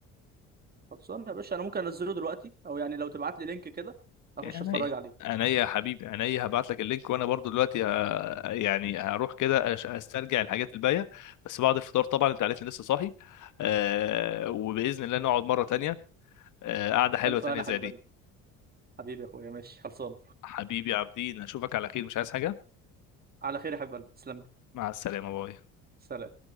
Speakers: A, on the right; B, on the left.
A: خلصانه يا باشا انا ممكن انزله دلوقتي او يعني لو تبعت لي لينك كده اخش
B: عينيا
A: اتفرج عليه
B: عينيا يا حبيبي عينيا هبعت لك اللينك وانا برضو دلوقتي ه- يعني هروح كده أش- استرجع الحاجات الباقيه بس بعد الفطار طبعا انت عارفني لسه صاحي آه وباذن الله نقعد مره تانية آه قعده حلوه
A: الف
B: تانية
A: انا
B: زي
A: حبيب
B: دي
A: قلبي حبيبي يا اخويا ماشي خلصان
B: حبيبي عابدين اشوفك على خير مش عايز حاجة
A: على خير يا حبيب قلبي تسلم لي
B: مع السلامة باي
A: سلام